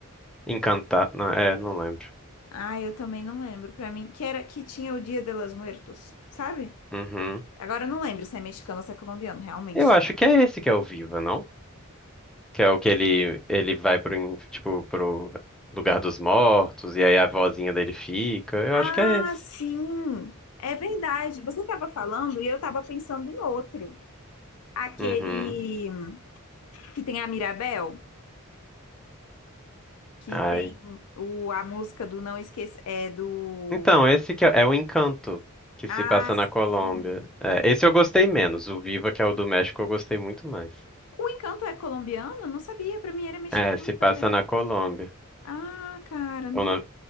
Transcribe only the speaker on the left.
Ah, eu também não lembro. Pra mim, que era que tinha o Dia de los Muertos, sabe?
Agora eu não lembro se é mexicano ou se é colombiano, realmente.
Ah,
sim! É verdade. Você estava falando e eu estava pensando em outro. Aquele
que tem a Mirabel, que
tem o, a música do Não Esqueça, é do...
Ah,
sim!
O Encanto é colombiano? Não sabia, pra mim era mexicano
também.
Ah, cara, nossa,